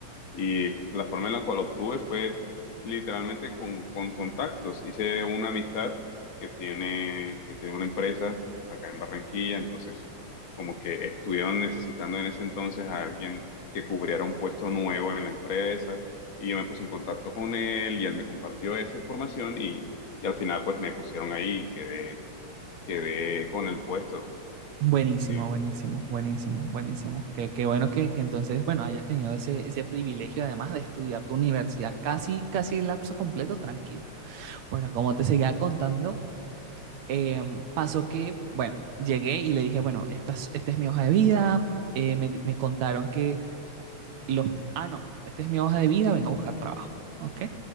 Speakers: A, on the left (about 85°); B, on the right (about 70°).
A: y la forma en la cual obtuve fue literalmente con, con contactos. Hice una amistad que tiene, que tiene una empresa acá en Barranquilla, entonces como que estuvieron necesitando en ese entonces a alguien que cubriera un puesto nuevo en la empresa y yo me puse en contacto con él y él me compartió esa información y, y al final pues me pusieron ahí y quedé, quedé con el puesto.
B: Buenísimo,
A: Sí.
B: buenísimo, buenísimo, buenísimo. Qué, qué bueno que, que entonces, bueno, hayas tenido ese, ese privilegio además de estudiar tu universidad casi, casi lapso completo, tranquilo. Bueno, como te seguía contando, eh, pasó que, bueno, llegué y le dije, bueno, esta es, esta es mi hoja de vida. eh, me, me contaron que los, ah, no, esta es mi hoja de vida, ven a buscar trabajo, ¿ok?